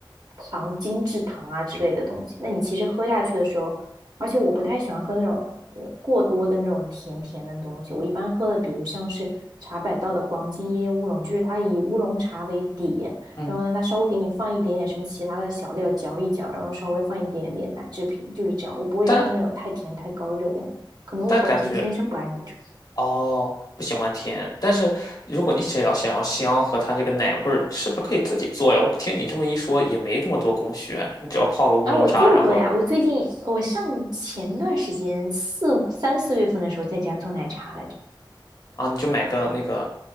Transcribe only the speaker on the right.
糖精制糖啊之类的东西。那你其实喝下去的时候，而且我不太喜欢喝那种呃过多的那种甜甜的东西，我一般喝的比如像是茶百道的黄金椰乌龙，就是它以乌龙茶为底。
然后呢，它稍微给你放一点点什么其他的小料嚼一嚼，然后稍微放一点点奶制品，就是这样。我不会喝那种太甜太高热量的，
可能我本身天生不爱那种。
哎，我做过呀，
我最近我上前段时间四三四月份的时候在家做奶茶来着。